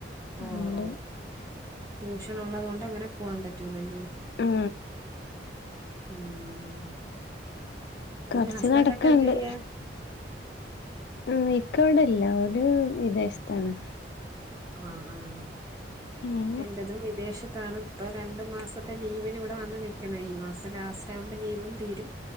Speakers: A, on the left; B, on the right.
A: ആഹ്
B: ഓ
A: ണ്ട്.
B: ഓ ട്യൂഷൻ ഉള്ളത് കൊണ്ടങ്ങനെ പൂവാൻ പറ്റൂലല്ലേ.
A: ഉം.
B: ഉം. പിന്നെ
A: കൊറച്
B: ഹസ്ബൻഡ്
A: നടക്കാണ്ട്.
B: ഒക്കെ എന്ത് ചെയ്യാ
A: ഉം ഇക്കവടല്ല ഓര് വിദേശത്താണ്.
B: ആഹ് ആഹ്
A: ഉം
B: എന്റതും വിദേശത്താണ്. ഇപ്പൊ രണ്ടു മാസത്തെ ലീവിന് ഇവടെ വന്ന് നിക്കണ ഈ മാസം ലാസ്റ്റ് ആവുമ്പോ ലീവും തീരും.